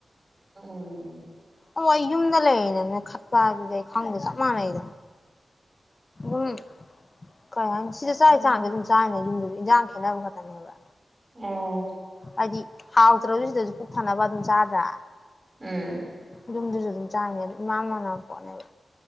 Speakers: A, on the right; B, on the left.
A: ꯎꯝ
B: ꯑꯣ ꯑꯩ ꯌꯨꯝꯗ ꯂꯩꯔꯅꯅ ꯈꯠꯄ ꯍꯥꯏ ꯑꯗꯨꯗꯩ ꯑꯩ ꯈꯪꯗꯦ ꯆꯞ ꯃꯥꯟꯅꯩꯗ ꯎꯝ ꯀꯩ ꯍꯥꯏꯅꯤ ꯁꯤꯗ ꯆꯥꯛꯟꯁꯥꯡꯁ ꯑꯗꯨꯝ ꯆꯥꯅꯦ ꯌꯨꯝꯗꯁꯨ ꯏꯟꯁꯥꯡ ꯈꯦꯠꯅꯕ ꯈꯛꯇꯅꯦꯕ
A: ꯎꯝ
B: ꯍꯥꯏꯗꯤ ꯍꯥꯎꯗ꯭ꯔ ꯁꯤꯗꯁꯨ ꯀꯛ ꯐꯅꯕ ꯑꯗꯨꯝ ꯆꯥꯗ꯭ꯔꯥ
A: ꯍ
B: ꯌꯨꯝꯗꯨꯁꯨ ꯑꯗꯨꯝ ꯆꯥꯅꯤ ꯑꯗꯨ ꯏꯥꯟ ꯃꯥꯟꯅꯕ ꯄꯣꯠꯅꯦꯕ